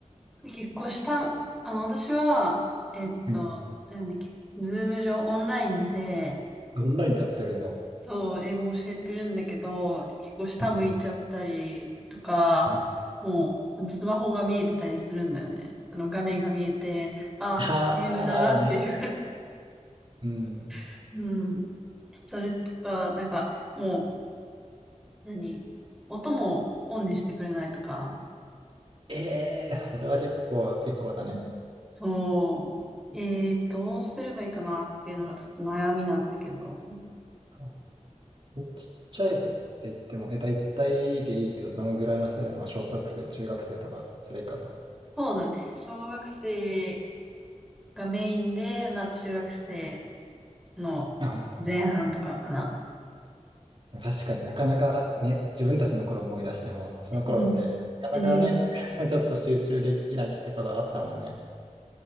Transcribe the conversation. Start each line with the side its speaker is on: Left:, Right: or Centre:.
Centre: 結構した、あの、私は、えっと、
Right: うん。
Centre: なんだっけ、ズーム上、オンラインで、
Right: オンラインでやってるんだ。
Centre: そう、英語教えてるんだけど、結構下向いちゃったりとか、
Right: うん。うん
Centre: もう、あの、スマホが見えてたりするんだよね。あの、画面が見えて、あ、
Right: ああね。
Centre: ゲームだなっていう
Right: うん。
Centre: <laughs> うん。それとか、なんか、もう、何音もオンにしてくれないとか。
Right: ええそれは結構、結構だね。
Centre: うんそう。えー、どうすればいいかなっていうのがちょっと悩みなんだけど。
Right: あえちっちゃい子って言っても、え、大体でいいけど、どのぐらいの世代なの小学生、中学生とか、それ以下とか。
Centre: そうだね。小学生がメインで、まあ中学生の
Right: ああ。
Centre: 前半とかかな。
Right: 確かになかなかね、自分たちの頃を思い出しても、その頃って、
Centre: うん。<laughs>
Right: なかなかね、
Centre: うん。
Right: <laughs> ちょっと集中できないってことはあったもんね。